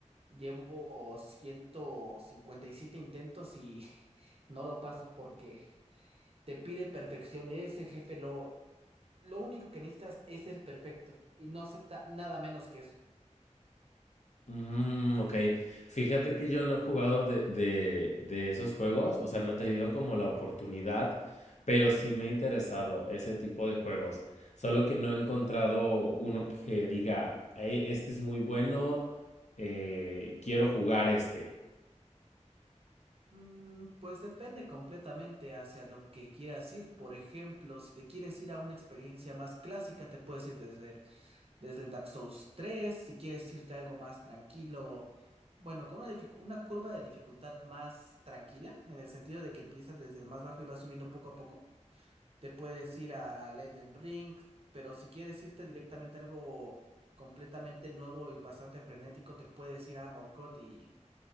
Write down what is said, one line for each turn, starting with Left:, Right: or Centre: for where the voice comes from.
Right: Llevo 157 intentos y <laughs> no lo paso porque te pide perfección. Ese jefe lo Lo único que necesitas es ser perfecto y no acepta nada menos que eso.
Left: Mm, ok. Fíjate que yo no he jugado de, de, de esos juegos, o sea, no he tenido como la oportunidad, pero sí me ha interesado ese tipo de juegos. Solo que no he encontrado uno que diga, "Eh, este es muy bueno, eh, quiero jugar este.
Right: Mm, pues depende completamente hacia lo que quieras ir. Por ejemplo, si te quieres ir a una experiencia más clásica, te puedes ir desde, el- desde el Dark Souls tres Si quieres irte a algo más tranquilo, bueno, con una, dificu- una curva de dificultad más tranquila, en el sentido de que empiezas desde el más bajo y vas subiendo poco a poco. te puedes ir al Elden Ring, pero si quieres irte directamente a algo completamente nuevo y bastante frenético, te puedes ir a Morcot y